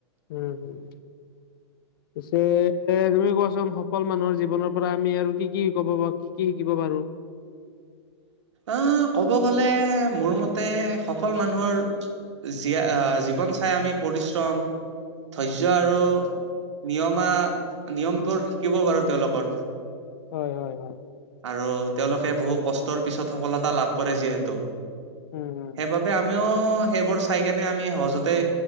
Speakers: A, on the left; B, on the right.
A: উম, হুম। পিছে তুমি কোৱাচোন সফল মানুহৰ জীৱনৰ পৰা আমি আৰু কি কি ক'ব পাৰ কি কি শিকিব পাৰোঁ?
B: আহ, ক'ব গ'লে মোৰ মতে সফল মানুহৰ জী-জীৱন চাই আমি পৰিশ্ৰম ধৈৰ্য্য আৰু নিয়মা নিয়মবোৰ শিকিব পাৰো তেওঁলোকৰ
A: হয় হয় হয়।
B: আৰু তেওঁলোকে বহু কষ্টৰ পিছত সফলতা লাভ কৰে যিহেতু।
A: উম উম
B: সেইবাবে আমি ক সেইবোৰ চাই কেনে আমি সহজতে